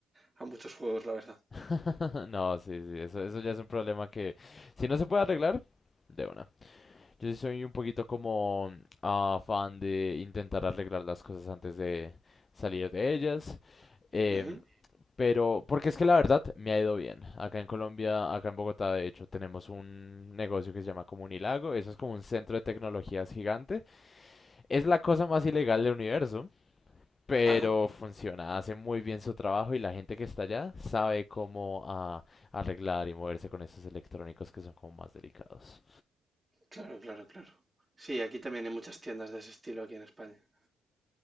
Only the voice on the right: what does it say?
a muchos juegos, la verdad.
Ujú.
Ah,
claro, claro, claro. Sí, aquí también hay muchas tiendas de ese estilo aquí en España.